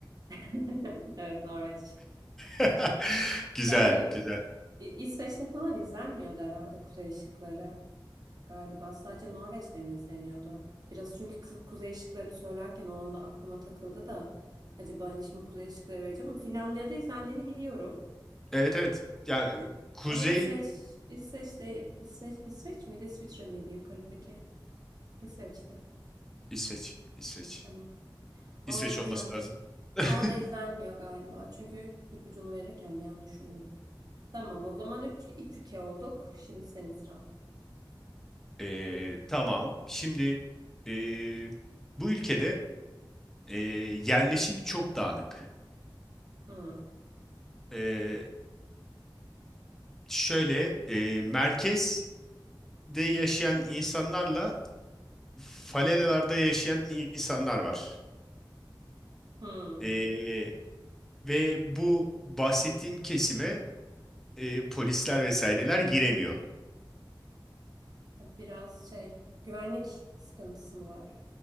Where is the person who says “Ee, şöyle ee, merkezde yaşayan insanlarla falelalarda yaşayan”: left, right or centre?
Centre